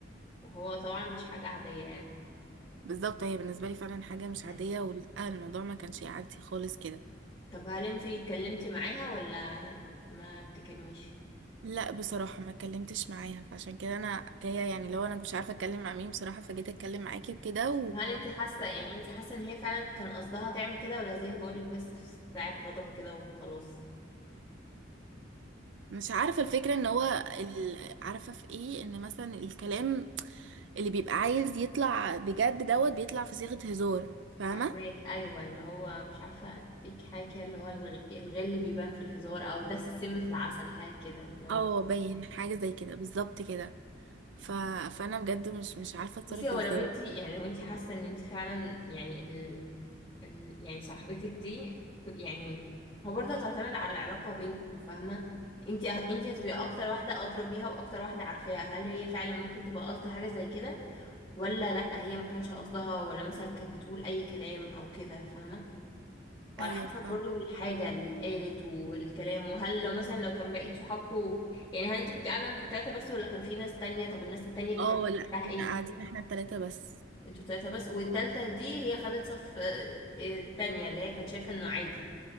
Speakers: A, on the left (about 20°); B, on the right (about 65°).
A: وهو طبعا مش حاجة عادية يعني
B: بالظبط هي بالنسبة لي فعلا حاجة مش
A: مم.
B: عادية ولا الموضوع ما كانش يعدي خالص كده
A: طب هل انتي اتكلمتي معاها ولا ما بتكلميش
B: لا بصراحة ما اتكلمتش معاها فعشان كده انا جاية يعني لو انا مش عارفة اتكلم مع مين بصراحة فجيت اتكلم معاكي وكده
A: هل انتي حاسة يعني انتي حاسة ان هي فعلا كان قصدها تعمل كده ولا زي ما بقولك بس في ساعة غضب كده وخلاص
B: مش عارفة الفكرة ان هو ال... عارفة في ايه ان مثلا الكلام اللي بيبقى عايز يطلع بجد دوت بيطلع في صيغة هزار فاهمة
A: فاهمك ايوه اللي هو مش عارفه فيك حاجه كده اللي هو الغ- الغل بيبان في الهزار او دس السم في العسل حاجه كده اللي هو
B: اه باين حاجة زي كده بالظبط كده ف... فانا بجد مش مش عارفة اتصرف
A: بصي هو
B: ازاي
A: لو انت يعني لو انت حاسه ان انت فعلا يعني ال... ال... يعني صاحبتك دي كنت- يعني هو برضه هتعتمد على العلاقه بينكم فاهمه انت انت هتبقي اكتر واحده ادرى بيها واكتر واحده عارفاها هل هي فعلا ممكن تبقى قصدها حاجه زي كده ولا لا هي ما كانش قصدها ولا مثلا كانت بتقول اي كلام او كده فاهمه وعلى
B: ايوه
A: حسب
B: فاهم
A: برضو الحاجة اللي اتقالت والكلام وهل لو مثلا لو كان بقية صحابكم يعني هل انت كنت قاعدة انتوا التلاتة بس ولا كان في ناس تانية طب الناس التانية كان
B: اه
A: رد
B: لا
A: فعلها
B: كنا
A: ايه
B: قاعدين احنا التلاتة بس
A: انتوا التلاتة بس والتالتة دي هي خدت صف آه، آه، التانية اللي هي كانت شايفة انه عادي